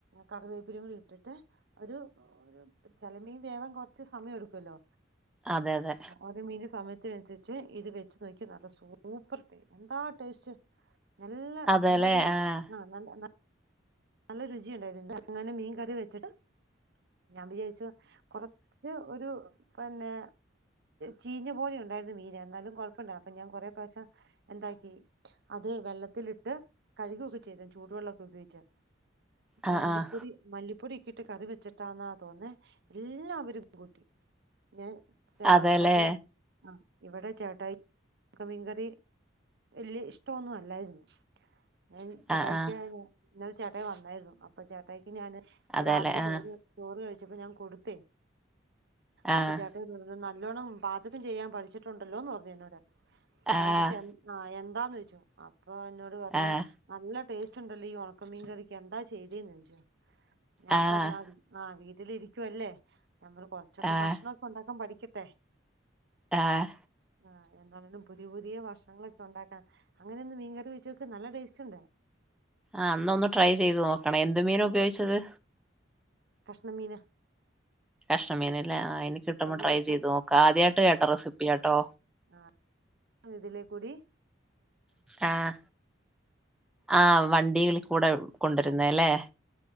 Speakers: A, on the right; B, in the centre.
A: കറിവേപ്പിലിം കൂടി ഇട്ടിട്ട് ഒരു ചല മീൻ വേവാൻ കൊറച്ച് സമയം എടുക്കുവല്ലോ
B: അതെ അതെ
A: ഓരോമീന സമയത്തിനനുസരിച്ച് ഇത് വെച്ച് നോക്കിക്കെ നല്ല സൂപ്പർ ടേ എന്താ ടേസ്റ്റ്. നല്ല
B: അതെല്ലേ
A: എന്താ പറയാ
B: ആഹ്
A: ആഹ നല്ല നല്ല രുചിയുണ്ടായിരുന്നു <inaudible> ങ്ങനെ മീൻ കറി വെച്ചിട്ട് ഞാൻ വിചാരിച്ചു കൊറച്ച് ഒരു പിന്നെ ചീഞ്ഞ പോലെ ഉണ്ടായിരുന്ന മീന എന്നാലും കൊഴപ്പല്ല അപ്പൊ ഞാൻ കൊറെ പ്രശ്യം എന്താക്കി അത് വെള്ളത്തിലിട്ട് കഴ്കുക്കെ ചെയ്തു ചൂടുവെള്ളക്കെ ഉപയോഗിച്ച്
B: ആഹ്
A: മല്ലിപ്പൊടി
B: ആഹ്
A: മല്ലിപ്പൊടിക്കെ ഇട്ട് കറി വെച്ചിട്ടാന്ന തോന്നേ എല്ലാവരുംകൂട്ടി ഞാൻ ആഹ
B: അതെല്ലേ
A: പക്ഷേ അഹ ഇവിടെ ചേട്ടായി ക്ക് മീൻകറി വല്യ ഇഷ്ടമൊന്നും അല്ലായിരുന്നു ഞാൻ ചേട്ടായിക്ക്
B: ആഹ് ആഹ്
A: ഇന്നലെ ചേട്ടായി വന്നായിരുന്നു അപ്പൊ ചേട്ടായിക്ക് ഞാന് ഇന്ന്
B: അതെല്ലേ
A: രാവിലെ
B: ആഹ്
A: ചോറ് ചോറ് കഴിച്ചപ്പോ ഞാൻ കൊടുത്തേ
B: ആഹ്
A: അപ്പൊ ചേ നല്ലോണം പാചകം ചെയ്യാൻ പഠിച്ചിട്ടുണ്ടല്ലോന്ന് പറഞ്ഞു എന്നോട്
B: ആഹ്
A: ഞാൻ ചോയ്ച്ചു എ - ആഹ എന്താന്ന് ചോയ്ച്ചു അപ്പൊ എന്നോട് പറഞ്ഞു
B: ആഹ്
A: നല്ല ടേസ്റ്റ് ഉണ്ടല്ലോ ഈ ഉണ മീൻ കറിക്ക് എന്താ ചെയ്തേന്ന് ചോയ്ച്ചു ഞാൻ
B: ആഹ്
A: പറഞ് ആഹ വീട്ടിലിരിക്കുവല്ലേ ഞമ്മൾ കൊറച്ചൊക്കെ
B: ആഹ്
A: ഭക്ഷണൊക്കെ ഉണ്ടാക്കാൻ പഠിക്കട്ടെ
B: ആഹ
A: ആഹ എന്താണേലും പുതിയ പുതിയ ഭക്ഷണങ്ങളൊക്കെ ഉണ്ടാക്കാം അങ്ങനെയൊന്ന് മീൻകറി വെച്ചോക്ക് നല്ല ടേസ്റ്റ്ണ്ട്
B: ആഹ ന്ന ഒന്ന് ട്രൈ ചെയ്ത് നോക്കണെ എന്ത് മീന ഉപയോഗിച്ചത്
A: കഷ്ണമീന
B: കഷ്ണമീനല്ലെ ആഹ നി കിട്ടുമ്പോ
A: കഴിഞ്ഞ
B: ട്രൈ
A: ദിവസം
B: ചെയ്തു നോക്ക ആദ്യായിട്ട് കേട്ട റെസിപ്പിയാട്ടോ
A: ആഹ ഇതിലേക്കൂടി
B: ആഹ ആ വണ്ടികളി കൂടെ കൊണ്ടരുന്ന
A: ആ
B: ല്ലേ